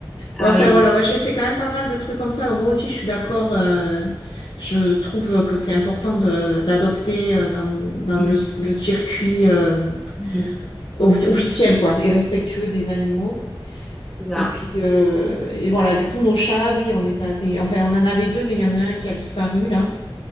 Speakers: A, on the left; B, in the centre.
A: Bon,
B: ah
A: enfin,
B: oui.
A: voilà, ouais, j'ai fait quand même pas mal de trucs comme ça. Moi aussi, je suis d'accord. euh, Je trouve que c'est important de- d'adopter euh, dans, dans
B: Mhm.
A: le, le circuit euh,
B: Mhm.
A: officiel, quoi, et respectueux des animaux.
B: C'est ça.
A: Et puis, euh, et voilà, du coup, nos chats, oui, on les avait. Enfin, on en avait deux, mais il y en a un qui a disparu, là.